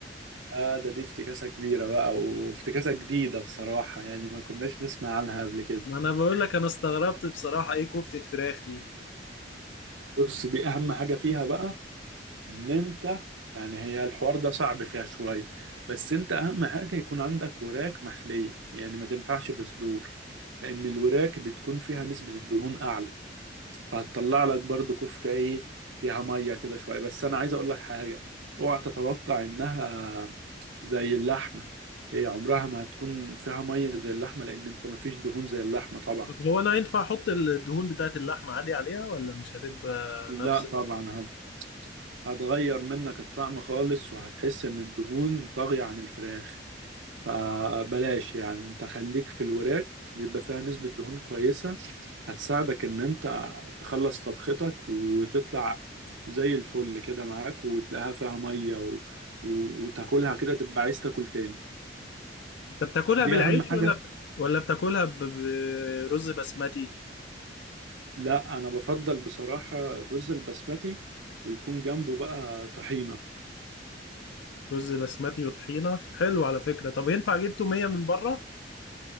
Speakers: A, on the right (about 85°); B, on the left (about 70°).
A: آه ده دي افتكاسة كبيرة بقى وافتكاسة جديدة بصراحة يعني ما كناش نسمع عنها قبل كده
B: ما انا بقول لك انا استغربت بصراحة ايه كفتة فراخ دي
A: بص دي أهم حاجة فيها بقى إن أنت يعني هي الحوار ده صعب فيها شوية بس أنت أهم حاجة يكون عندك وراك مخلية يعني ما تنفعش بصدور لأن الوراك بتكون فيها نسبة الدهون أعلى فهتطلع لك برضو كفتة ايه فيها مية كده شوية بس انا عايز اقول لك حاجة اوعى تتوقع انها زي اللحمة هي عمرها ما هتكون فيها مية زي اللحمة لان انت مفيش دهون زي اللحمة طبعا
B: طب هو انا ينفع احط الدهون بتاعت اللحمة عادي عليها ولا مش هتبقى
A: لا
B: نفس
A: طبعا هت- هتغير منك الطعم خالص وهتحس ان الدهون طاغية عن الفراخ فبلاش يعني انت خليك في الوراك بيبقى فيها نسبة دهون كويسة هتساعدك ان انت تخلص طبختك وتطلع زي الفل كده معاك وتلاقيها فيها ميه و... و... وتاكلها كده تبقى عايز تاكل تاني
B: انت بتاكلها
A: دي
B: بالعيش
A: اهم حاجه
B: ولا ولا بتاكلها ب- برز بسمتي
A: لا انا بفضل بصراحه الرز البسمتي ويكون جنبه بقى طحينه
B: رز بسمتي وطحينه حلو على فكره طب ينفع اجيب توميه من بره